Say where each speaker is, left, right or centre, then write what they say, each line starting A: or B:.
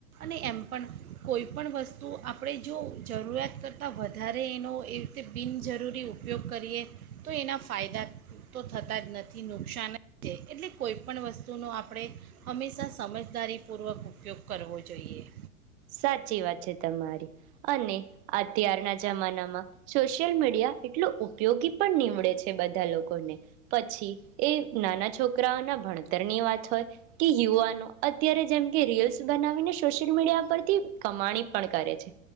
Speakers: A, on the right (about 80°); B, on the right (about 20°).
A: અને એમ પણ કોઈ પણ વસ્તુ આપણે જો જરૂરિયાત કરતાં વધારે એનો એ રીતે બિનજરૂરી ઉપયોગ કરીએ તો એના ફાયદા તો થતા જ નથી નુકસાન જ છે એટલે કોઈ પણ વસ્તુનો આપણે હંમેશાં સમજદારીપૂર્વક ઉપયોગ કરવો જોઈએ
B: સાચી વાત છે તમારી અને અત્યારના જમાનામાં સોશિયલ મીડ મીડિયા એટલો ઉપયોગી પણ નીમડે છે બધા લોકોને પછી એ નાના છોકરાઓના ભણતરની વાત હોય કે યુવાનો અત્યારે જેમ કે રીલ્સ બનાવીને સોશિયલ મીડિયા કમાણી પણ કરે છે